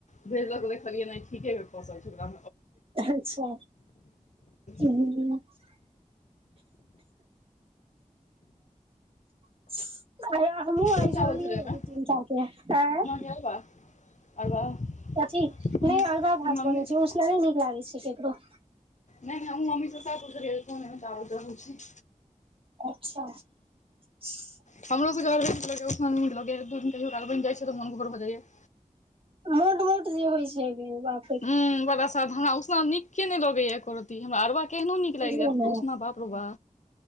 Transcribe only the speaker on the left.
भेजलक देखलियै नहि ठीके फसल छैकरा।
<unintelligible>
कोन
चावल
छलै
ओहिमे
<unintelligible> अरबा
मम्मी
मम्मी
नहि
नै हमहुं मम्मी सं सैह पुछलिअइया कोन एहेन चावल रहै छै।
हमरो सबके अरबे नीक लगैया, उसना नै नीक लगैया। एक दू दिन कहियो काल बनि जाइ छै त मोन घोर भ जाइया।
हु बड असर्द्ध। हमरा ऊसना नीके नै लगैया एको रती, हमरा अरबा केहनो नीक
लागि जैत पर
उसना बाप रौ बा।